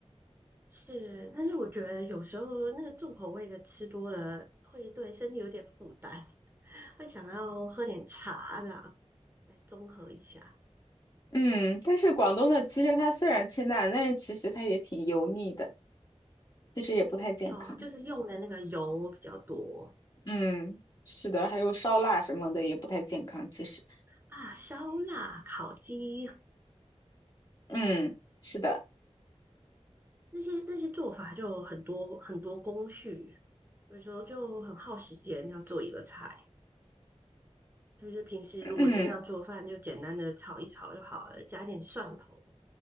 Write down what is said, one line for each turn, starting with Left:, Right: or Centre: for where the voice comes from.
Right: 是，但是我觉得有时候那个重口味的吃多了，会对身体有点负担，<laughs> 会想要喝点茶这样来综合一下。
Left: 嗯，但是广东的其实它虽然清淡，
Right: 对，
Left: 但是其实它也挺油腻的，其实也不太健康，
Right: 哦，就是用的那个油比较多
Left: 嗯，是的，还有烧腊什么的也不太健康，其实，
Right: 啊，烧腊、烤鸡
Left: 嗯，是的，
Right: 那些那些做法就很多很多工序，有时候就很耗时间要做一个菜。就是平时如果真要做饭，
Left: 嗯。
Right: 就简单的炒一炒就好了，加点蒜头，